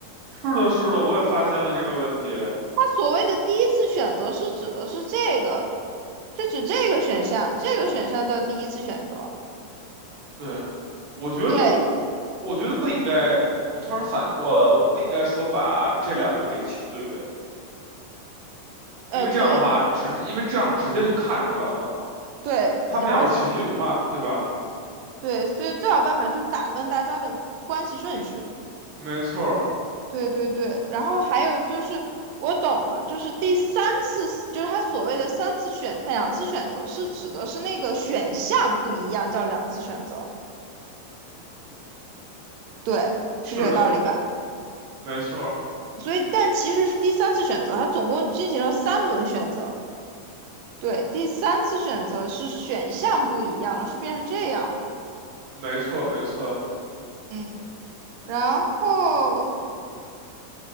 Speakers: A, on the right; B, on the right.
A: 是的，是的，我也发现了这个问题。
B: 它所谓的第一次选择是指的是这个，是指这个选项，这个选项叫第一次选择。
A: 对，我觉得我，
B: 对，
A: 我觉得不应该。我突然反应过来，我不应该说把这两个给情侣，
B: 呃，
A: 因为这样的话直接，
B: 对
A: 因为这样直接就看出来了嘛。
B: 对，
A: 他们要是情侣的话，
B: 然后
A: 对吧？
B: 对，所以最好办法就是打乱大家的关系顺序。
A: 没错儿，
B: 对对对，然后还有就是我懂了，就是第三次，就是他所谓的三次选两次选择，是指的是那个选项不一样，叫两次选择。对，是这个道理吧？
A: 是的，没错儿，
B: 所以，但其实是第三次选择，他总共进行了三轮选择。对，第三次选择是选项不一样了，是变成这样了。
A: 没错儿，没错儿。
B: 嗯，然后